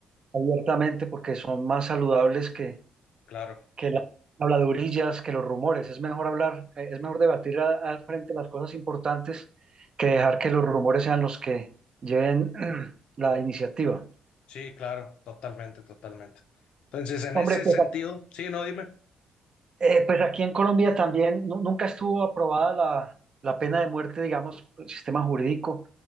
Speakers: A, on the right (about 45°); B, on the left (about 65°).
A: abiertamente porque son más saludables que,
B: claro.
A: que las habladurillas, que los rumores. Es mejor hablar, eh, es mejor debatir a- al frente las cosas importantes que dejar que los rumores sean los que lleven <clears throat> la iniciativa.
B: Sí, claro, totalmente, totalmente. Entonces, en
A: Hombre,
B: ese
A: pues
B: sentido, sí, no, dime.
A: Eh, pues aquí en Colombia también nu- nunca estuvo aprobada la, la pena de muerte, digamos, por el sistema jurídico,